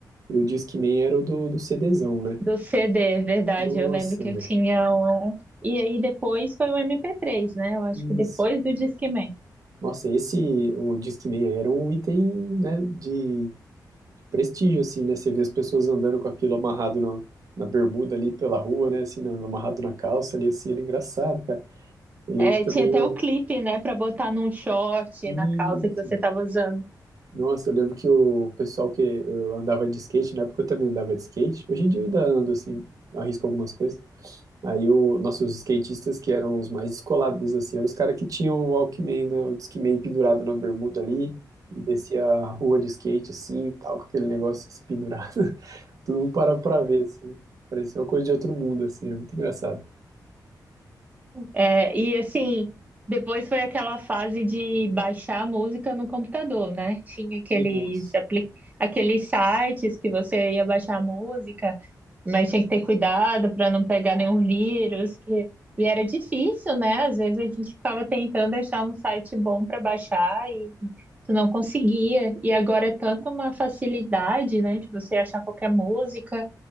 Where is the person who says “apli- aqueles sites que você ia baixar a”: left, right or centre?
Right